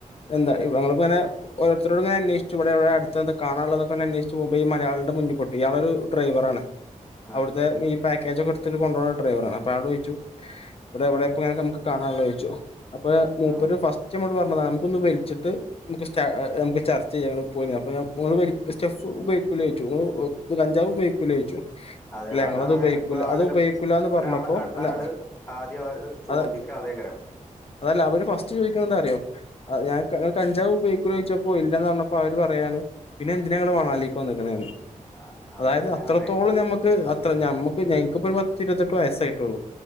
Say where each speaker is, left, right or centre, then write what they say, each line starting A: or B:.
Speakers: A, on the left; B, on the left.
A: എന്താ ഞങ്ങളിപ്പങ്ങനെ ഓരോർത്തരോടിങ്ങനെ അന്വേഷിച്ചു ഇവിടെ അടുത്തെന്താ കാണാനുള്ളെ എന്നെക്കെ അന്വേഷിച്ചു പോകുമ്പോ ഈ മയാളിന്റെ മുന്നിൽ പെട്ട് ഇയാളൊരു ഡ്രൈവറാണ്
B: ആഹ്
A: അവിട്ത്തെ ഈ പാക്കേജൊക്കെ എടുത്തിട്ട് കൊണ്ടോണ ഡ്രൈവറാണ്. അപ്പോ അയാളോട് ചോദിച്ചു ഇവിടെ എവിടെപ്പംങ്ങനെ നമുക്ക് കാണാണുള്ളേ ചോദിച്ചു അപ്പ മൂപ്പര്
B: ആഹ്
A: ഫസ് ഫസ്റ്റ് നമ്മളോട് പറഞ്ഞതാണ് നമുക്കൊന്ന് വലിച്ചിട്ട് നമുക്ക് സ്റ്റാ നമുക്ക് ചർച്ചെയ്യാ ഇങ്ങള് പോരിം അപ്പൊ ഞാൻ നിങ്ങൾ വല സ്റ്റെഫ് ഉപയോഗിക്കൂലേ ചോദിച്ചു ഇങ്ങള് കഞ്ചാവ് ഉപയോഗിക്കൂലേ ചോദിച്ചു
B: അതെ
A: ഇല്ല ഞങ്ങളത്
B: അതാണ്
A: ഉപയോഗിക്കൂല
B: ഇപ്പ ആകെല്ലം
A: അത് ഉപയോഗിക്കൂലാന്ന്
B: <unintelligible>
A: പറഞ്ഞപ്പോ
B: ഒരാളെ കണ്ടാല്
A: അല്ല
B: ആദ്യം ചോദിക്ക
A: അത്
B: അതേകാരം
A: അതല്ല അവര് ഫസ്റ്റ് ചോതിക്കണ എന്താ അറിയോ ആഹ് ഞാൻ കഞ്ചാവ് ഉപയോഗികൂലെ ചോതിച്ചപ്പോ ഇല്ലന്ന് പറഞ്ഞപ്പോ അവര് പറയാണ് പിന്നെന്തിനാ നിങ്ങെള് മന്നാലിക്ക് വന്നിക്കണേന്ന്.
B: ആഹ് അതൊക്കെ
A: അതായത്
B: തന്നെ
A: അത്രത്തോളം
B: പറഞ്ഞേ
A: നമ്മെക്ക്, അത്ര നമ്മെക്ക് ഞങ്ങക്കിപ്പ ഒരു പത്തിരുപത്തെട്ട് വയസ്സായിട്ടൊള്ളു.